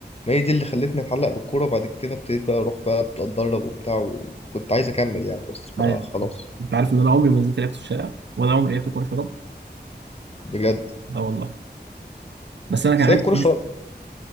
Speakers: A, on the left; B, on the right.
A: ما هي دي اللي خلتني أتعلق بالكورة وبعد كده ابتديت بقى أروح بقى أتدرب وبتاع وكنت عايز أكمل يعني بس
B: عارف
A: ما خلاص
B: انت عارف ان انا عمري ما نزلت لعبت في الشارع ولا عمري لعبت كوره شراب
A: بجد
B: اه والله بس انا كان
A: بس
B: عندي
A: هي الكورة شراب